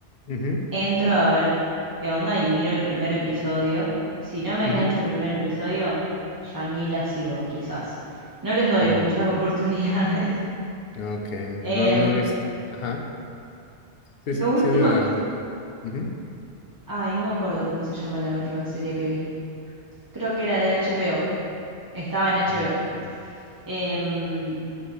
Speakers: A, on the left; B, on the right.
A: ujú,
B: entro a ver qué onda y miro el primer episodio. Si no me engancha
A: ujú.
B: el primer episodio, ya ni la sigo, quizás. No les doy
A: Mm,
B: muchas <laughs> oportunidades.
A: ok,
B: Em,
A: no, no has visto. Ajá. Sí,
B: lo
A: sí,
B: último
A: sí, de adelante.
B: que
A: Ujú.
B: Ay, no me acuerdo cómo se llama la última serie que vi. Creo que era de HBO. Estaba en HBO.
A: ah ok.
B: Em,